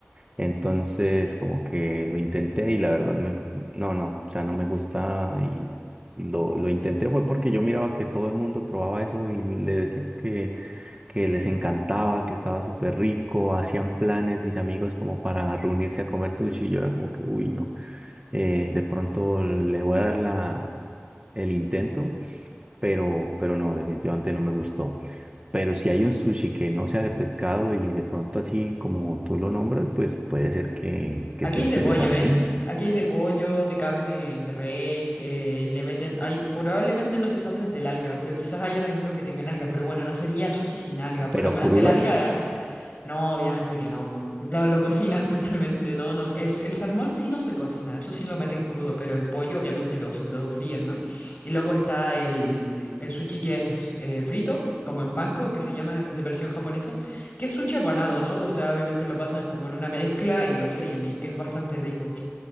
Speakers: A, on the right (about 25°); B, on the left (about 40°).
A: Entonces, como que lo intenté y la verdad me, no, no, o sea, no me gusta y lo, lo intenté fue porque yo miraba que todo el mundo probaba eso y le decía que que les encantaba, que estaba súper rico, hacían planes mis amigos como para reunirse a comer sushi y yo era como que, uy, no, eh, de pronto le voy a dar la, el intento, pero, pero no, definitivamente no me gustó. Pero si hay un sushi que no sea de pescado y de pronto así como tú lo nombras, pues puede ser que, que
B: Aquí
A: esté
B: hay
A: interesante,
B: de pollo, ¿eh? Aquí hay de pollo, de carne, de res, eh, le meten... Ay, probablemente no te salves del alga, pero quizás hayan alguno que tengan alga. Pero bueno, no sería sushi sin alga. Por
A: pero
B: lo menos
A: crudo.
B: el alga No, obviamente que no, po. Lo, lo cocinan totalmente, no, no. El, el salmón sí no se cocina, eso sí lo meten crudo, pero el pollo obviamente lo, lo fríen, ¿no? Y luego está el, el sushi que es eh, frito, como en panko, que se llama de versión japonesa, que es sushi apanado, ¿no? O sea, obviamente lo pasan como en una mezcla y lo fríen, y que es bastante rico.